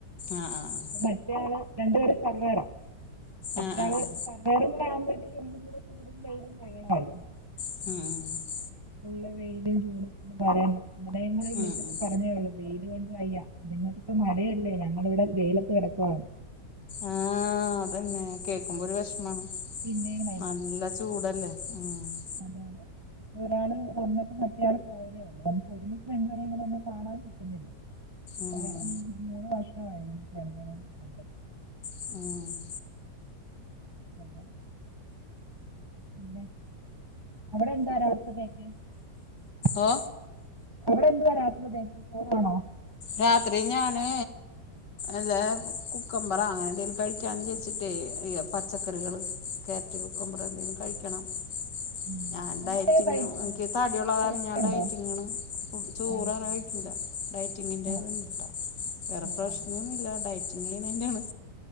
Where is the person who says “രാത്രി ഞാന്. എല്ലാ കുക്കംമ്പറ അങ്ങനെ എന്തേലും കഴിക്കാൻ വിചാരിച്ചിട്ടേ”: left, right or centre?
Left